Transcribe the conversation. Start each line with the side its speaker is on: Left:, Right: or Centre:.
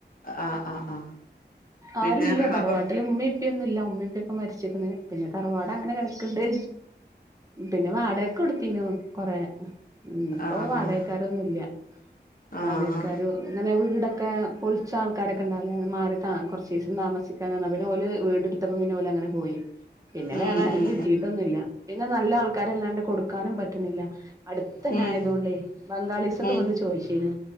Left: ആഹ് ആഹ് ആഹ് പിന്നെ
Right: ആരു ഇല്ല തറവാട്ടില്
Left: അപ്പൊ
Right: ഉമ്മ, ഉ പ്പിയൊന്നും ഇല്ല ഉമ്മ, ഉപ്പിക്കെ മരിച്ചിരിക്കന്ന് പിന്നെ തറവാട അങ്ങനെ കിട ഉണ്ട് പിന്നെ വാടയൊക്കെ കൊടുത്തനു കൊറെ ഉ ഇപ്പൊ
Left: ആഹ്
Right: വാടകക്കാരൊന്നുംല്ല
Left: ആഹ് ആഹ്
Right: വാടാക്കാര് ഇങ്ങനെ വീടൊക്കെ പൊളിച്ച ആൾക്ക രൊെ <unintelligible> ഉണ്ട മാറി കുറ സീസൻ താമസിക്കാനാണ് അന്ലല് വീടെടുത്തപ്പ പിന്നെ പോലെ അങ്ങനെ പോയി പിന്നെ
Left: ഉം
Right: വേറെ ആാരും
Left: ഉം
Right: കിട്ടീട്ടൊന്നുംില്ല പിന്നെ നല്ല ആൾക്കാരല്ലാണ്ട് കൊടുക്ക കൊടുക്കാനും പറ്റണില്ല അടുത്തുന്നെ
Left: ഉം
Right: ആയതു കൊണ്ടേ ബംഗാളിസ്ക്കെവന്ന്
Left: ഉം
Right: ചോദിച്ചിനു